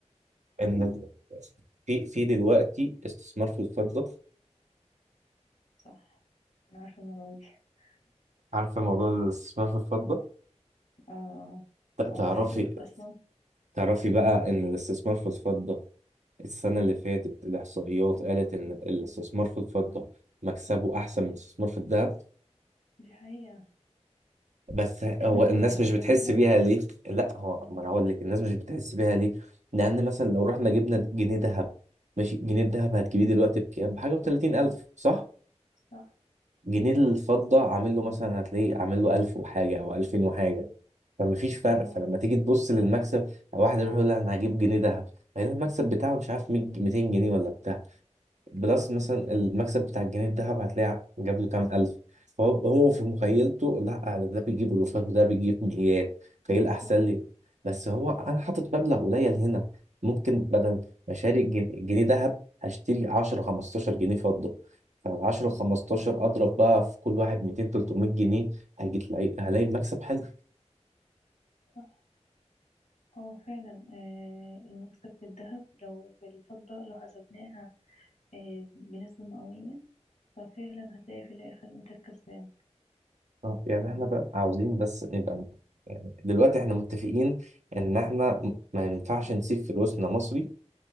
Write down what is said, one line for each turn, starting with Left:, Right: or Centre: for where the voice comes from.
Right: ان في في دلوقتي استثمار في الفضة
Left: صح أنا عارفة الموضوع دي <laughs>
Right: عارفه موضوع الاستثمار في الفضه
Left: اه آه.
Right: ت-
Left: وعايز
Right: تعرفي
Left: أقولك أصلا
Right: تعرفي بقى إن الاستثمار في الفضة السنة اللي فاتت الإحصائيات قالت إن الاستثمار في الفضة مكسبه أحسن من الاستثمار في الذهب
Left: دي حقيقة
Right: بس
Left: لأن
Right: هو الناس
Left: لو لو حسبناها
Right: مش بتحس بيها ليه؟ لا هو ما أنا هقول لك الناس مش بتحس بيها ليه؟ لأن مثلا لو رحنا جبنا جنيه ذهب ماشي جنيه الذهب هتجيبيه دلوقتي بكام؟ بحاجة وتلاتين ألف صح؟
Left: صح
Right: جنيه الفضة عامل له مثلا هتلاقيه عامل له ألف وحاجة أو ألفين وحاجة فمفيش فرق
Left: اه
Right: فلما تيجي تبص للمكسب واحد يروح يقول لها أنا هجيب جنيه ذهب هيلاقي المكسب بتاعه مش عارف 100 200 جنيه ولا بتاع بلس مثلا المكسب بتاع الجنيه الذهب هتلاقي جاب له كام ألف فهو هو في مخيلته لا أنا ده بيجيب ألوفات وده بيجيب مئات فإيه
Left: بالظبط
Right: الأحسن لي بس هو أنا حاطط مبلغ قليل هنا ممكن بدل ما أشتري جن- جنيه ذهب هشتري 10 15 جنيه فضة فال 10 15 أضرب بقى في كل واحد 200 300 جنيه هيجي تلاقي هلاقي مكسب حلو
Left: صح. هو فعلا آه، المكسب في الذهب لو في الفضة لو حسبناها آه، بنسبة مئوية ففعلا هتلاقي في الآخر انت الكسبان
Right: آه، يعني احنا بقى عاوزين بس نبقى يعني دلوقتي احنا متفقين ان احنا م- ما ينفعش نسيب فلوسنا مصري